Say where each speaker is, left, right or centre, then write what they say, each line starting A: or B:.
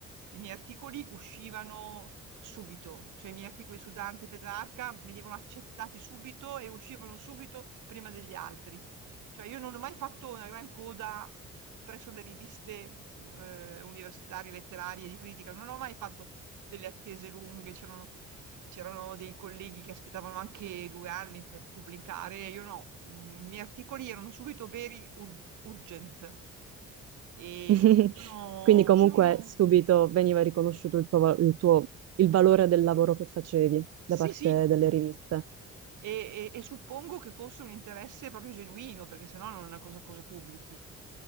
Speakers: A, on the right (about 80°); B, on the right (about 55°).
A: i miei articoli uscivano subito, cioè i miei articoli su Dante e Petrarca venivano accettati subito e uscivano subito prima degli altri. Cioè io non ho mai fatto una gran coda presso le riviste eh, universitarie, letterarie, di critica, non ho mai fatto delle attese lunghe, c'erano c'erano dei colleghi che aspettavano anche due anni per pubblicare, io no, Mm, i miei articoli erano subito veri ur- urgent e
B: <laughs>
A: uscivano,
B: Quindi comunque
A: uscivano...
B: subito veniva riconosciuto il tuo, va- il tuo- il valore del lavoro che facevi
A: Sì,
B: da parte
A: sì,
B: delle riviste.
A: e, e- e suppongo che fosse un interesse proprio genuino, perché sennò non è una cosa, cosa pubblichi.